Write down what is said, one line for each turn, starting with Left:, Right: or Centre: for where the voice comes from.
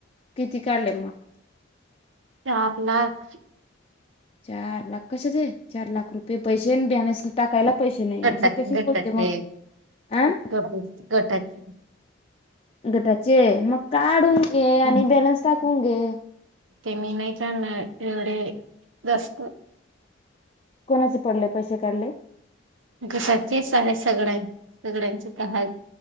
Left: किती काढले मग?
Right: चार लाख
Left: चार लाख कशाचे? चार लाख रुपये अन पैसे बॅलन्स टाकायला पैसे नाही
Right: गटाचे
Left: असे कसे बोलते मग अ
Right: गटाचे गटाचे
Left: गटाचे मग काढून घे आणि बॅलन्स टाकून घे
Right: ते मी नाही काडनार एवढे जास्त
Left: कोणाचे पडले पैसे काढले?
Right: <unintelligible> आहे सगळ्यां सगळ्यांचे दहा